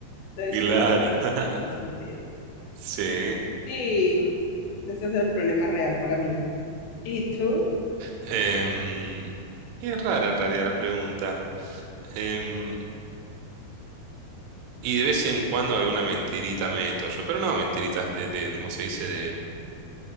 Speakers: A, on the left; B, on the right.
A: Entonces,
B: Claro.
A: como que plan,
B: <laughs>
A: me sentido.
B: Sí.
A: Sí, ese es el problema real para mí. ¿Y tú?
B: Em, y es rara en realidad la pregunta. Em, y de vez en cuando alguna mentirita meto yo, pero no mentiritas de, de ¿cómo se dice? De,